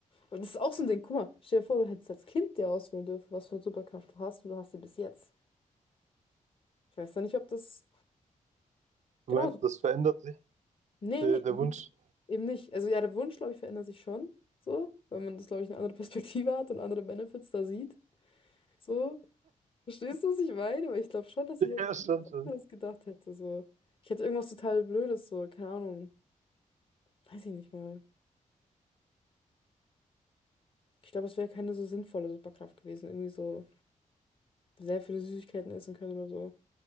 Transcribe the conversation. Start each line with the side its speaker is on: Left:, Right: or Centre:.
Left: Und das ist auch so ein Ding, guck mal, stell dir vor, du hättest als Kind dir auswählen dürfen, was für eine Superkraft du hast und du hast sie bis jetzt. Ich weiß ja nicht, ob das.
Right: Du
Left: Genau.
Right: meinst, das verändert sich,
Left: Nee,
Right: der, der
Left: nee,
Right: Wunsch.
Left: eben nicht. Also ja, der Wunsch, glaube ich, verändert sich schon. So, weil man das, glaube ich, eine andere Perspektive hat und andere Benefits da sieht. So. Verstehst du, was ich meine? Weil ich glaube schon, dass
Right: <laughs>
Left: ich jetzt
Right: Ja, schon,
Left: was
Right: schon.
Left: anderes gedacht hätte. So. Ich hätte irgendwas total Blödes, so, keine Ahnung. Weiß ich nicht mal. Ich glaube, es wäre keine so sinnvolle Superkraft gewesen. Irgendwie so. sehr viele Süßigkeiten essen können oder so.